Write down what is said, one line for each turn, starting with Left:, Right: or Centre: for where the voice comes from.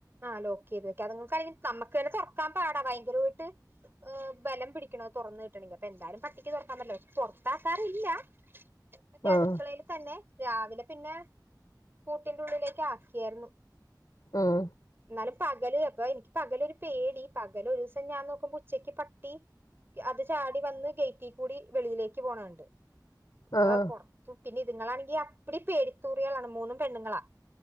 Right: ആ ലോക്കെയ്ത് വെയ്ക്ക അത്ങ്ങക്കയ്ൻ നമ്മക്ക് തന്നെ തൊറക്കാൻ പാടാ ഭയങ്കരോയിട്ട് ആ ബലം പിടിക്കണം തൊറന്ന് കിട്ടണെങ്കി അപ്പം എന്തായാലും പട്ടിക്ക് തൊറക്കാൻ പറ്റില്ല പൊറത്താക്കാറില്ല മറ്റേ
Left: ആഹ്
Right: അടുക്കളയില് തന്നെ രാവിലെ പിന്നെ കൂട്ടിന്റെ ഉള്ളിലേക്ക് ആക്കിയാരുന്നു
Left: ഉം
Right: ന്നാലും പകല് അപ്പൊ എനിക്ക് പകലൊരു പേടി പകല് ഒരുസം ഞാൻ നോക്കുമ്പോ ഉച്ചക്ക് പട്ടി അത് ചാടി വന്ന് ഗേറ്റി കൂടി വെളിയിലേക്ക് പോണകണ്ട് അപ്പ
Left: ആഹ്
Right: പൊറത്തും പിന്നെ ഇതുങ്ങളാണെങ്കി അ പ്പിടി പേടിത്തൂറിയാളാണ് മൂന്നും പെണ്ണുങ്ങളാ